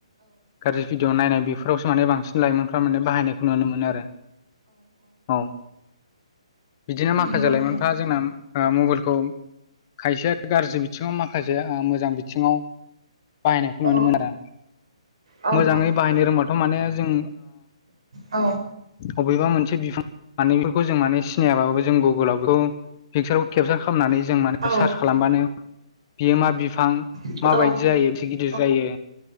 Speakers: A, on the left; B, on the right.
A: गाज्रि भिडिअ नायनाय बेफोरावसो माने बांसिन लाइमोनफ्रा माने बाहायनायखौ नुनो मोनो आरो औ बिदिनो माखासे
B: नंगौ नोंथां
A: लाइमोनफ्रा जोंना ओ मबेलखौ खायसेया गाज्रि बिथिङाव माखासे मोजां बिथिङाव बाहायनायखौ
B: औ
A: नुनो मोनो आरो
B: औ
A: मोजाङै
B: औ
A: बाहायनो रोंबाथ' माने जों
B: औ
A: अबेबा मोनसे बिफां मान बेफोरखौ जों माने सिनायाबाबो जों गुगोलाव बेखौ पिकसारखौ केपसार खालामनानै जों माने
B: नंगौ
A: सार्च खालामबानो बियो मा बिफां
B: नोंथां
A: माबायदि
B: औ
A: जायो बिसे गिदिर
B: औ
A: जायो